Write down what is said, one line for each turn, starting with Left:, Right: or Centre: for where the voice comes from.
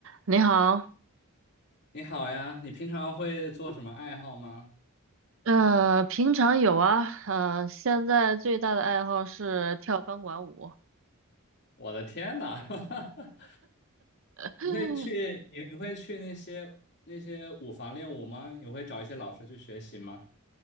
Right: 你好，
Left: 你好呀，你平常会做什么爱好吗？
Right: 呃，平常有啊，呃，现在最大的爱好是跳钢管舞，
Left: 我的天呐，<laughs>
Right: <laughs>
Left: 你会去你你会去那些那些舞房练舞吗？你会找一些老师去学习吗？